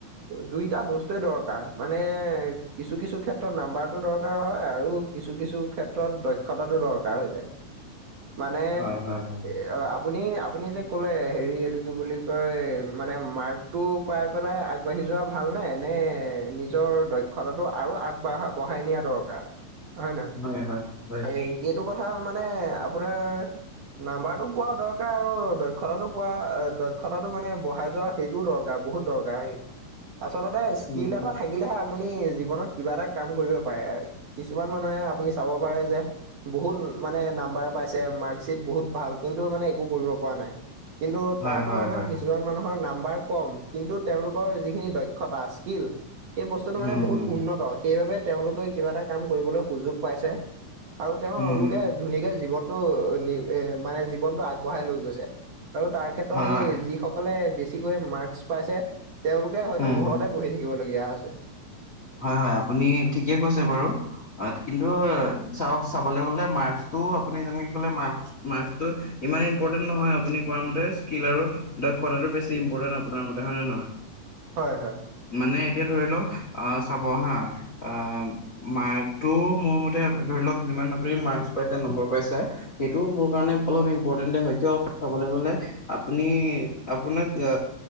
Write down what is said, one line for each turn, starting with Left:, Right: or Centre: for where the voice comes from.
Right: দুইটা বস্তুয়ে দৰকাৰ মানে কিছু-কিছু ক্ষেত্ৰত নাম্বাৰটো দৰকাৰ হয় আৰু কিছু-কিছু ক্ষেত্ৰত দক্ষতাটো দৰকাৰ হৈ যায়। মানে
Left: হয় হয়
Right: এ অ, আপ আপুনি- আপুনি যে ক'লে হেৰি এইটো কি বুলি কয় মানে মাৰ্কটো পাই পেলাই আগবাঢ়ি যোৱা ভালনে নে নিজৰ দক্ষ দক্ষতাতো আৰু আগবাঢ়া বঢ়াই নিয়া দৰকাৰ হয় ন'
Left: উম হয় হয় হয় হয় হয় হয়
Right: এই সেইটো ক কথা মানে আপোনাৰ নাম্বাৰটো পোৱা দৰকাৰ আৰু দক্ষতাটো পোৱা দক্ষতাটো মানে বঢ়াই যোৱা সেইটোও দৰকাৰ বহুত দৰকাৰ সেইটো। আচলতে স্কিল
Left: উম
Right: এটা থাকিলেহে আপুনি জীৱনত কিবা এটা কাম কৰিব পাৰে কিছুমান মানুহে আপুনি চাব পাৰে যে বহুত মানে নাম্বাৰ পাইছে মাৰ্কশ্বিট বহুত ভাল কিন্তু মানে একো কৰিব পৰা নাই। কিন্তু
Left: হয়
Right: তাৰ তুলনাত
Left: হয় হয়
Right: কিছুমান মানুহৰ নাম নাম্বাৰ কম কিন্তু তেওঁলোকৰ যিখিনি দক্ষতা স্কিল এই
Left: উম,
Right: মানে
Left: হুম,
Right: বহুত উন্নত সেইবাবে তেওঁলোকে কিবা এটা কাম কৰিবলৈ সুযোগ পাইছে। আৰু তেওঁলোকে
Left: হুম, হুম,
Right: ধুনীয়াকে জীৱন টো এ মানে জীৱনটো আগবঢ়াই লৈ গৈছে। আৰু তাৰ ক্ষেত্ৰত
Left: হয়,
Right: এই
Left: হয়।
Right: যিসকলে বেছিকৈ মাৰ্ক্স পাইছে। তেওঁলোকে হয়তো
Left: উম,
Right: ঘৰতে
Left: হুম,
Right: বহি থাকিবলগীয়া হয়। আছে।
Left: হয়, হয়, আপুনি ঠিকে কৈছে বাৰু। কিন্তু চাওক চাবলৈ গলে মাৰ্ক্সটো আপুনি যেনেকে কলে মাৰ্ক্স মাৰ্ক্সটো ইমান ইম্পৰ্টেন্ট নহয় আপুনি কোৱা মতে স্কিল আৰু দক্ষতাটো বেছি ইম্পৰ্টেণ্ট আপোনাৰ মতে হয় নে নহয়।
Right: হয় হয়
Left: মানে এতিয়া ধৰি লওক আ'চাব হা আ' মাৰ্কটো মোৰ মতে ধৰি লওক যিমান আপুনি মাৰ্ক্স পাইছে নম্বৰ পাইছে সেইটো মোৰ মতে অলপ ইম্পৰ্টেণ্টে হয় কিয় চাবলৈ গ'লে আপুনি আপোনাক এ